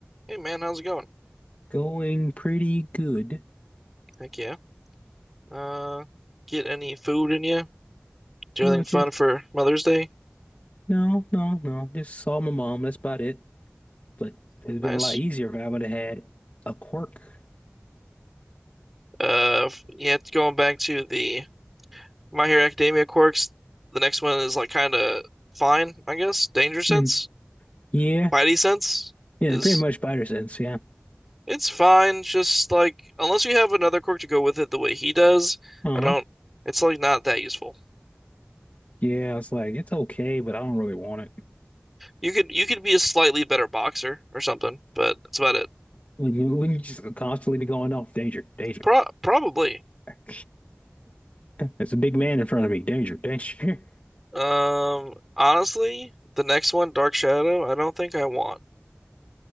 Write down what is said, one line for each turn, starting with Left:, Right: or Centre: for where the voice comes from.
Centre: Hey man, how's it going?
Left: Going pretty good.
Centre: Heck yeah. Uh, get any food in you? Do
Left: Oh,
Centre: anything
Left: just
Centre: fun for Mother's Day?
Left: no, no, no. Just saw my mom. That's about it. But it's
Centre: Nice.
Left: been a lot easier if I would have had a quirk.
Centre: Uh, f- yeah, going back to the My Hero Academia quirks, the next one is like kind of fine, I guess. Danger sense,
Left: Hmm. Yeah,
Centre: Spidey sense
Left: yeah.
Centre: is
Left: Pretty much spider sense. Yeah.
Centre: it's fine. Just like unless you have another quirk to go with it the way he does,
Left: Uh-huh.
Centre: I don't. It's like not that useful.
Left: Yeah. I was like, it's okay, but I don't really want it.
Centre: You could you could be a slightly better boxer or something, but that's about it.
Left: When you when you just constantly be going off, danger, danger.
Centre: Pro probably.
Left: <laughs> There's a big man in front of me. Danger, danger.
Centre: Um, honestly, the next one, Dark Shadow, I don't think I want.